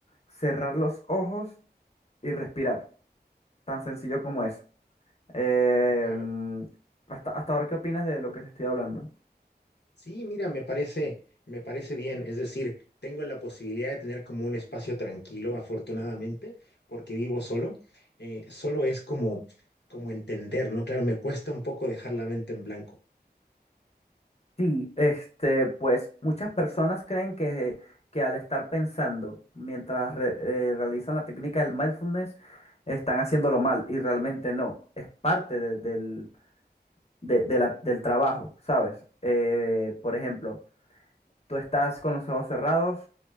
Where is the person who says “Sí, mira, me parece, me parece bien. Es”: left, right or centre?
Left